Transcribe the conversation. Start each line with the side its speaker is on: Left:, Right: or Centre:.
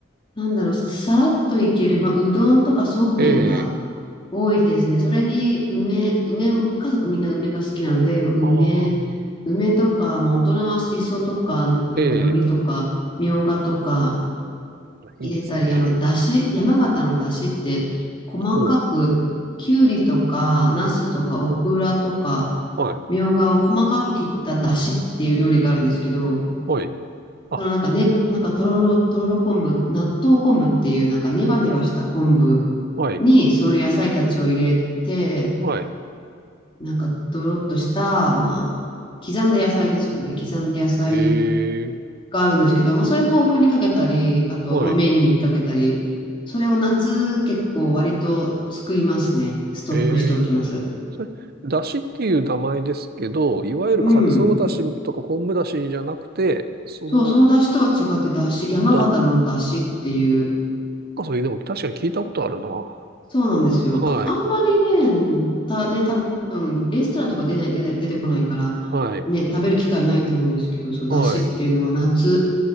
Left: なんだろう、さらっといける、まあ、うどんとかそうめんが
Right: ええ。
Left: 多いですね。それに、梅、梅、家族みんな梅が好きなので、まあ、梅、
Right: ああ。
Left: 梅とか、まあ、大人はしそとか、なんか海苔とか、
Right: ええ。
Left: みょうがとか
Right: いいですね。
Left: 入れたり、あの、だし、山形のだしって、細かく、
Right: おう。
Left: きゅうりとか、ナスとか、オクラとか、
Right: はい。
Left: みょうがを細かく切っただしっていう料理があるんですけど、
Right: はい。あ、
Left: そのなんかね、なんかとろろ、とろろ昆布、納豆昆布っていうなんかネバネバした昆布
Right: はい。
Left: にその野菜たちを入れて、
Right: はい。
Left: なんかドロッとした、まあ、刻んだ野菜ですよね。刻んだ野菜
Right: ええ。
Left: があるんですけど、まあ、それ豆腐にかけたり、あと、
Right: はい。
Left: まあ、麺にかけたり、それを夏結構割と作りますね。ストックしておきます。
Right: ええそれ、だしっていう名前ですけど、いわゆるカツオだしとか昆布だしじゃなくて、
Left: うん。
Right: その、
Left: そう、その出汁とは違って、出汁、山形の出汁っていう、
Right: だ、なんかそれでも確かに聞いたことあるな。
Left: そうなんですよ。
Right: はい、
Left: ああんまりね、た、ね、多分レストランとか出ない、出ない、出てこないから、
Right: はい、
Left: ね、食べる機会ないと思うんですけど、そう、
Right: はい。
Left: だしっていうのは夏、
Right: う